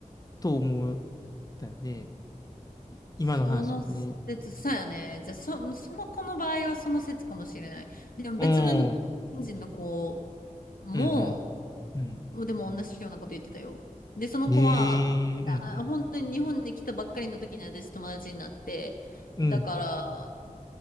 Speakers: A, on the left; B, on the left.
A: と思ったよね。い今の話よね。
B: その説、そうやね。じゃあ、そ、その子の場合はその説かもしれない。でも別の日本人の子
A: うん。うん
B: も、
A: うんうん。
B: でも同じようなこと言ってたよ。で、その子は、
A: ええうんうん。
B: あ、本当に日本に来たばっかりの時に私友達になって、
A: うん
B: だから、